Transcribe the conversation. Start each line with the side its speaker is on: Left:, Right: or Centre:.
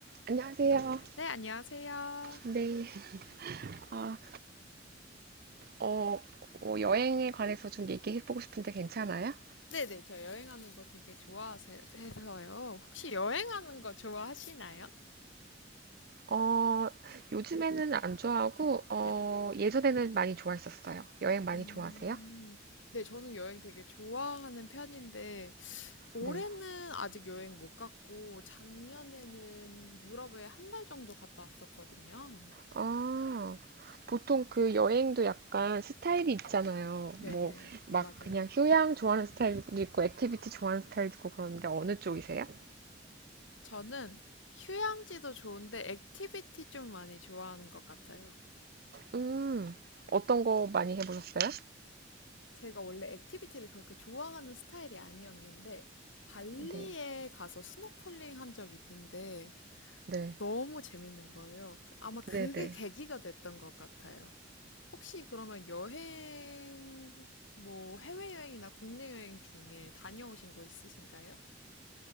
Right: 안녕하세요.
Left: 네, 안녕하세요.
Right: 네. 아, 어, 어, 여행에 관해서 좀 얘기해보고 싶은데 괜찮아요?
Left: 네네, 저 여행하는 거 되게 좋아해서요. 혹시 여행하는 거 좋아하시나요?
Right: 어, 요즘에는 안 좋아하고, 어,
Left: 네.
Right: 예전에는 많이 좋아했었어요. 여행
Left: 음,
Right: 많이 좋아하세요?
Left: 네, 저는 여행 되게 좋아하는 편인데, 올해는
Right: 네.
Left: 아직 여행 못 갔고, 작년에는 유럽에 한 달 정도 갔다 왔었거든요.
Right: 아, 보통 그 여행도 약간 스타일이 있잖아요.
Left: 네네,
Right: 뭐,
Left: 그
Right: 막
Left: 맞아요.
Right: 그냥 휴양 좋아하는 스타일도 있고, 액티비티 좋아하는 스타일도 있고 그러는데 어느 쪽이세요?
Left: 저는 휴양지도 좋은데, 액티비티 좀 많이 좋아하는 것 같아요.
Right: 음, 어떤 거 많이 해보셨어요?
Left: 제가 원래 액티비티를 그렇게 좋아하는 스타일이 아니었는데 발리에
Right: 네.
Left: 가서 스노클링 한 적이 있는데
Right: 네.
Left: 너무 재밌는 거예요. 아마 그게
Right: 네네.
Left: 계기가 됐던 것 같아요. 혹시 그러면 여행, 뭐 해외여행이나 국내 여행 중에 다녀오신 곳 있으신가요?